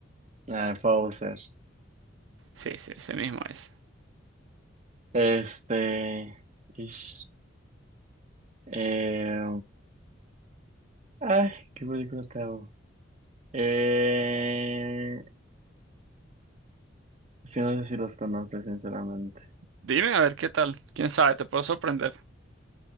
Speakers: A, on the right; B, on the right.
A: ah, Bowser.
B: Sí, sí, ese mismo es.
A: Este, ish, eh, ay, ¿qué película te hago? Eh, sí, no sé si los conoces, sinceramente.
B: Dime, a ver qué tal. ¿Quién sabe? Te puedo sorprender.